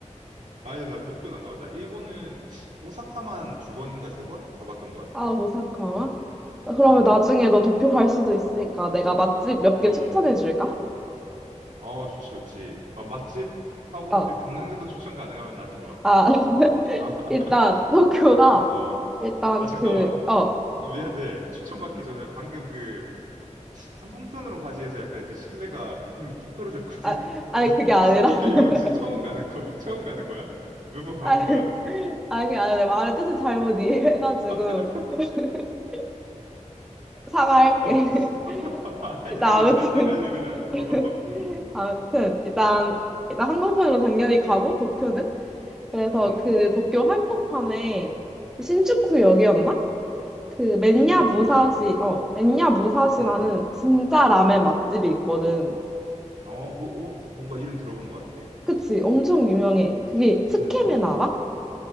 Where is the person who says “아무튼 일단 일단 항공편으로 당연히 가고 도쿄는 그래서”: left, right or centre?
Centre